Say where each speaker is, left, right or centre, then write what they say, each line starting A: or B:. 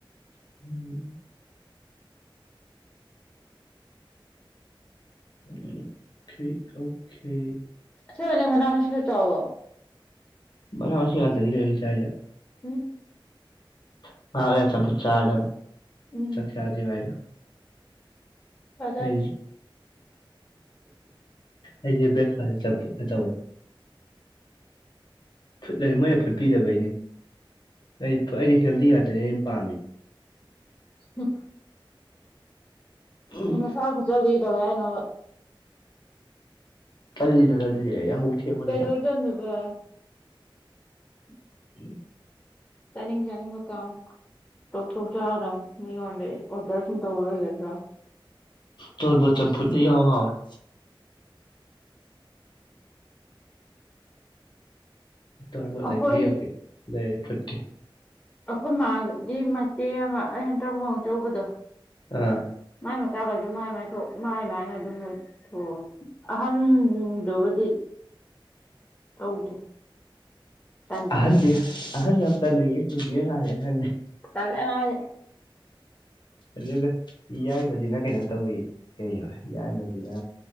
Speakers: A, on the left (about 55°); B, on the left (about 20°).
A: <inaudible> <unintelligible> ꯑꯣꯀꯦ
B: ꯑꯁꯦꯕꯅꯦ ꯃꯅꯥ ꯃꯁꯤꯡ ꯈꯔ ꯆꯥꯎꯑꯣ
A: ꯃꯅ ꯃꯁꯤꯡ ꯉꯛꯇꯅꯤ ꯀꯩꯅꯣ ꯑꯩ ꯆꯥꯏꯖꯦ
B: ꯎꯝ
A: <unintelligible> ꯆꯝꯐꯨꯠ ꯆꯔꯥꯗꯝꯅꯤ
B: ꯎꯝ
A: ꯆꯥꯛ ꯆꯗꯔꯤꯉꯩꯗ
B: ꯆꯥꯖꯔꯤ
A: ꯑꯩꯗꯤ ꯑꯩꯗꯤ ꯕ꯭ꯔꯦꯛꯐꯥꯁꯁꯦ ꯆꯝꯐꯨꯠꯅ ꯇꯧꯋꯦ ꯐꯨꯠꯂꯅꯤ ꯃꯣꯏꯅ ꯐꯨꯠꯄꯤꯗꯕꯩꯅꯦ ꯑꯩ ꯑꯩꯗꯤ ꯍꯦꯜꯗꯤ ꯉꯥꯛꯇꯅꯦ ꯑꯩ ꯄꯥꯝꯃꯤ
B: ꯎꯝ
A: ꯎꯝ,
B: ꯅꯁꯥ ꯐꯨꯠꯆꯕꯗꯒꯤ ꯀꯩꯗꯧꯌꯦ ꯍꯥꯏꯅꯣꯕ
A: ꯇꯜꯂꯤꯗꯅ ꯑꯗꯨꯗꯤ ꯌꯥꯍꯧ ꯊꯦꯡꯕꯅꯤꯅ
B: ꯀꯩꯗꯧ ꯇꯟꯗꯣꯕ
A: <inaudible>
B: ꯆꯅꯤꯡ ꯆꯅꯤꯡꯕ ꯀꯥꯎ ꯇꯧ ꯇꯧ ꯆꯥꯒꯗꯝꯅꯤ ꯃꯤꯉꯣꯟꯗ ꯑꯣꯗꯔ ꯁꯨꯝ ꯇꯧꯂꯩꯒꯗ꯭ꯔꯣ
A: ꯇꯣꯔꯕꯣꯠ ꯆꯝꯐꯨꯠꯅ ꯏꯍꯥꯎ ꯍꯥꯎꯉꯤ ꯇꯣꯔꯕꯣꯠ
B: ꯑꯩꯈꯣꯏ
A: ꯂꯩꯕ꯭ꯔꯥ ꯌꯦꯡꯎꯒꯦ ꯂꯩꯔ ꯐꯨꯠꯀꯤ
B: ꯑꯈꯣꯏ ꯃꯥꯒꯤ ꯃꯆꯦ ꯑꯃ ꯑꯩ ꯍꯟꯇꯛ ꯂꯨꯍꯣꯡ ꯆꯎꯕꯗꯣ
A: ꯑꯥ
B: ꯃꯥꯏ ꯃꯆꯥꯒꯩꯗꯣ ꯃꯥꯏ ꯃꯥꯏ ꯊꯣꯛ ꯃꯥꯏ ꯃꯏꯅ ꯑꯗꯨꯝ ꯂꯩ ꯑꯣ ꯑꯍꯟꯗꯨꯕꯨꯗꯤ ꯇꯧꯗꯦ ꯇꯜꯂꯤ
A: ꯑꯍꯟꯗꯤ ꯑꯍꯟ ꯌꯥꯝ ꯇꯟꯂꯦꯌꯦ ꯆꯨꯝꯃꯤꯔ ꯂꯟꯂꯤꯔ ꯈꯪꯗꯦ
B: ꯇꯟꯂꯦ <unintelligible>
A: ꯑꯗꯨꯒ ꯌꯥꯏꯃꯖꯤꯅ ꯀꯩꯅꯣ ꯇꯧꯋꯦ ꯀꯩꯕ ꯌꯥꯏꯃꯖꯤꯅ